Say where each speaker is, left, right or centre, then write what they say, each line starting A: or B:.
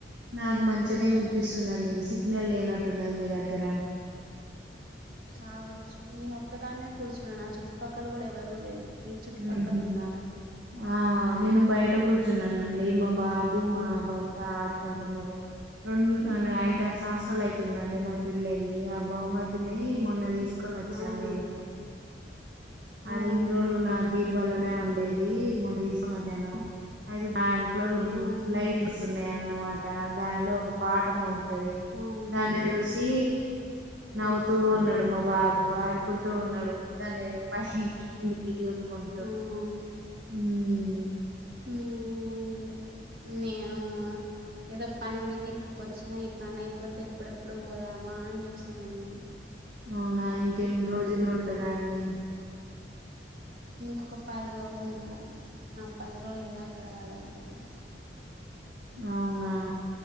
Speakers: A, on the right; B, on the right.
A: నాకు మంచినే
B: కొంచెం
A: వినిపిస్తుందండి
B: కొంచెం
A: సిగ్నల్ లేనట్టున్నది మీ దగ్గర
B: కావచ్చు నేనొక్కదాన్నే కూర్చోనాన్న నా చుట్టుపక్కల కూడా ఎవరూ లేరు మీ చుట్టుపక్కల
A: ఉమ్ హు
B: ఉన్నారా
A: ఆ నేను బయట కూర్చున్నానండి మా బాబు మా భర్త ఆడుకుంటున్నారు రెండ్ ఐదారు సంవత్సరాలు అయితుందండి నా పెళ్ళయ్యి ఆ బహుమతిని మొన్న తీసుకు కొనచ్చాను
B: అవునా
A: నేను అది
B: అవును
A: ఇన్ని రోజులు నా బీర్వాలోనే ఉండేది మొన్న తీసుకునొచ్చాను అది దాన్ ట్లో
B: అవును
A: లైట్లు వస్తున్నాయన్నమాట దానిలో ఒక పాట మోగు తది
B: అవునా
A: దాన్ని చూసి నవ్వుతూ
B: అవును
A: ఉన్నడ్ డు మా బాబు ఆడుకుంటూ ఉన్నడు దాన్ని పైకి కిందికి చూసుకుంటూ
B: అవునా
A: ఉమ్
B: మేమేం లే నేను ఏదో పని మీద ఇక్కడికి వచ్చినా ఈ పని అయిపోతే ఎప్పుడెప్పుడు పోదామా అని చూస్త తున్న
A: అవునా ఇంకెన్ని రోజులు ఉంటాదా అండి
B: ఇంకొక పది రోజులుండాలి ఆ పది రోజులు ఎలా గడవాలో ఏంటో
A: అవునా